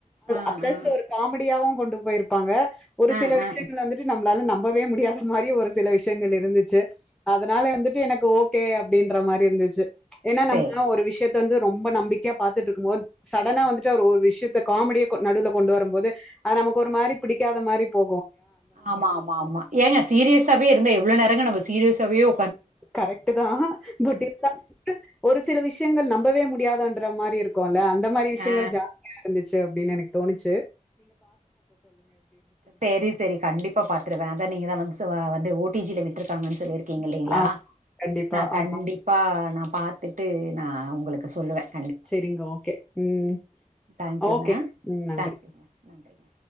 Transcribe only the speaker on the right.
ஆ
ஆ
ஆ
ஆ
சேரி
சேரி
ஆமா ஆமா ஆமா ஏங்க சீரியஸாவே இருந்தா எவ்ளோ நேரங்க நம்ப சீர்யஸாவே ஓ
ஆ
சரி சரி கண்டிப்பா பாத்துருவேன் அத நீங்க தான் வந்து அ வந்து ஓட்டு பிஜில விட்டுருக்காங்கன்னு சொல்லிருக்கீங்க இல்லிங்களா
நான் கண்டிப்பா
நா பாத்துட்டு நான் உங்களுக்கு சொல்லுவேன்
தேங்க்யூங்க
தேங்க்யூங்க நன்றிங்க